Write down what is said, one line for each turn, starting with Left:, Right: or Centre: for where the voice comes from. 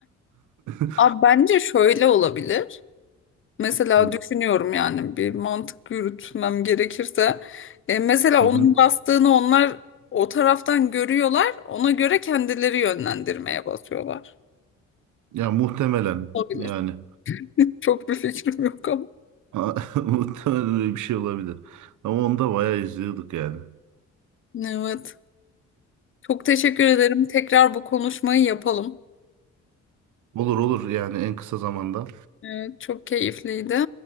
Right: <laughs>
Left: Abi bence şöyle olabilir. Mesela
Right: Hı
Left: düşünüyorum yani bir mantık yürütmem gerekirse. E, mesela
Right: hı.
Left: onun
Right: hı.
Left: bastığını onlar o taraftan görüyorlar. Ona göre kendileri yönlendirmeye basıyorlar.
Right: Ya muhtemelen
Left: Olabilir.
Right: yani
Left: Çok bir fikrim yok ama.
Right: <laughs> muhtemelen öyle bir şey olabilir. Ama onu da bayağı izliyorduk yani.
Left: Evet. Çok teşekkür ederim. Tekrar bu konuşmayı yapalım.
Right: Olur olur yani en kısa zamanda.
Left: Evet, çok keyifliydi.